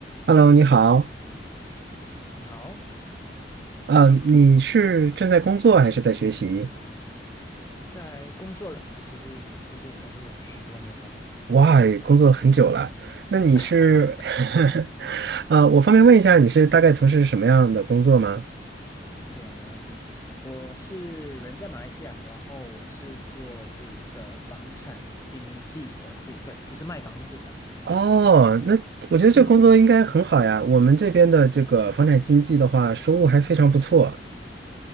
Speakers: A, on the right; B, on the left.
A: Hello，你好，
B: 你好，
A: 嗯，你是正在工作还是在学习？
B: 在工作了，我其实已经工作差不多有十多年了吧？
A: 哇，工作很久了，那你是，
B: <laughs>
A: <laughs> 呃，我方便问一下，你是大概从事什么样的工作吗？
B: 对啊，没问题。我是人在马来西亚，然后我是做这个房产经纪的部分，就是卖房子的。
A: 哦，那我觉得这工作应该很好呀。
B: 嗯，
A: 我们这边的这个房产经纪的话，收入还非常不错